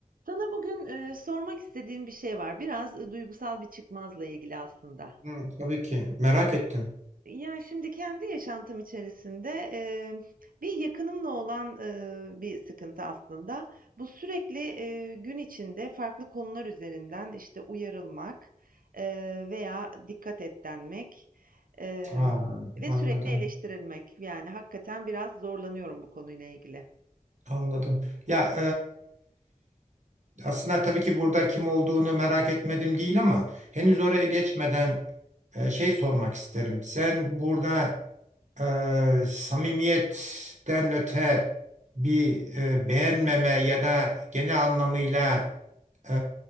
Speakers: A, on the right; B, on the right.
A: Sana bugün, eee, sormak istediğim bir şey var. Biraz, ııı, duygusal bir çıkmazla ilgili aslında.
B: Hı, tabii ki. Merak ettim.
A: Ya, şimdi kendi yaşantım içerisinde, eee, bir yakınımla olan, ııı, bir sıkıntı aslında. Bu sürekli, eee, gün içinde farklı konular üzerinden, işte, uyarılmak, eee, veya dikkat et denmek, emm,
B: Aa,
A: ve sürekli
B: anladım.
A: eleştirilmek. Yani hakikaten biraz zorlanıyorum bu konuyla ilgili.
B: Anladım. Ya e, aslında tabii ki burada kim olduğunu merak etmedim değil ama henüz oraya geçmeden e, şey sormak isterim. Sen burada e, samimiyetten öte bir e, beğenmeme ya da genel anlamıyla e,